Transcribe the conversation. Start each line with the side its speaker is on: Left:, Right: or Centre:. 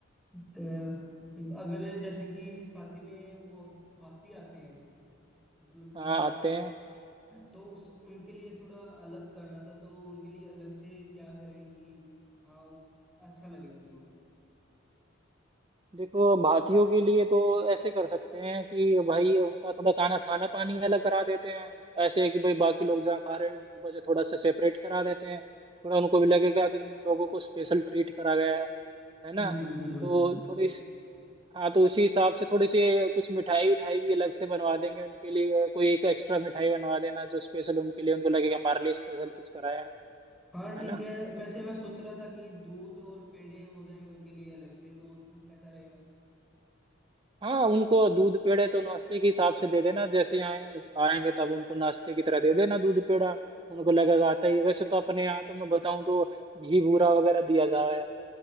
Centre: तो अगर जैसे कि शादी में वो भाती आते हैं मतलब
Right: हाँ आते हैं
Centre: तो उस उनके लिए थोड़ा अलग करना था तो उनके लिए अलग से क्या करें कि हाँ अच्छा लगे उनको
Right: देखो भारतीयों के लिए तो ऐसे कर सकते हैं कि भाई उनका थोड़ा खाना खाना पानी अलग करा देते हैं ऐसे कि भाई बाकी लोग जहाँ खा रहे हैं उनकी वजह थोड़ा सा सेपरेट करा देते हैं थोड़ा उनको भी लगेगा कि उन लोगों को स्पेशल ट्रीट करा गया है है ना
Centre: बिल्कुल बिल्कुल
Right: तो थोड़ी सी- हाँ तो उसी हिसाब से थोड़ी सी कुछ मिठाई उठाई भी अलग से बनवा देंगे उनके लिए कोई एक एक्स्ट्रा मिठाई बनवा देना जो स्पेशल उनके लिए उनको लगेगा हमारे लिए स्पेशल कुछ कराया है
Centre: हाँ ठीक
Right: है ना
Centre: है वैसे मैं सोच रहा था कि दूध और पेड़े हो जाए उनके लिए अलग से तो कैसा रहेगा
Right: हाँ उनको दूध पेड़े तो नाश्ते के हिसाब से दे देना जैसे आए आएंगे तब उनको नाश्ते की तरह दे देना दूध पेड़ा उनको लगेगा आता ही वैसे तो अपने यहाँ तो मैं बताऊँ तो घी बूरा वगैरह दिया जा रहा है